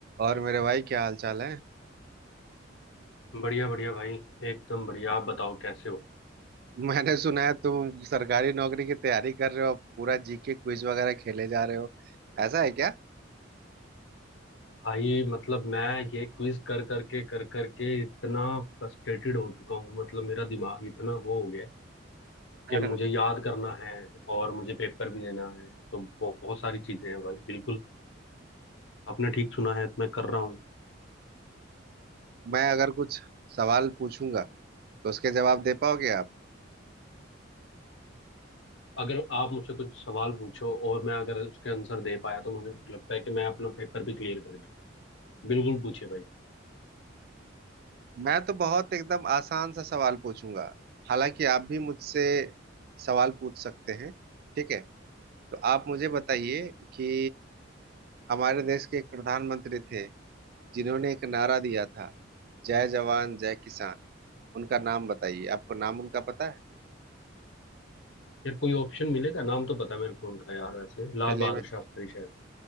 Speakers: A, on the right; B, on the left.
A: और मेरे भाई क्या हाल चाल है
B: बढ़िया बढ़िया भाई एकदम बढ़िया आप बताओ कैसे हो
A: <laughs> मैंने सुना है तुम सरकारी नौकरी की तैयारी कर रहे हो और पूरा जीके क्विज वगैरह खेले जा रहे हो ऐसा है क्या
B: भाई मतलब मैं ये क्विज कर करके कर करके इतना फ्रस्ट्रेटेड हो चुका हूँ मतलब मेरा दिमाग इतना वो हो गया है कि
A: हाँ
B: मुझे याद करना है और मुझे पेपर भी देना है तो बहुत सारी चीजें हैं भाई बिल्कुल आपने ठीक सुना है मैं कर रहा हूँ
A: मैं अगर कुछ सवाल पूछूंगा तो उसके जवाब दे पाओगे आप
B: अगर आप मुझसे कुछ सवाल पूछो और मैं अगर उसके आंसर दे पाया तो मुझे लगता है कि मैं अपना पेपर भी क्लियर कर दूँ बिल्कुल पूछे भाई
A: मैं तो बहुत एकदम आसान सा सवाल पूछूंगा हालांकि आप भी मुझसे सवाल पूछ सकते हैं ठीक है तो आप मुझे बताइए कि हमारे देश के एक प्रधानमंत्री थे जिन्होंने एक नारा दिया था जय जवान जय किसान उनका नाम बताइए आपको नाम उनका पता है
B: यार कोई ऑप्शन मिलेगा नाम तो पता है मेरे को उनका यार वैसे लाल
A: चलिए
B: बहादुर शास्त्री शायद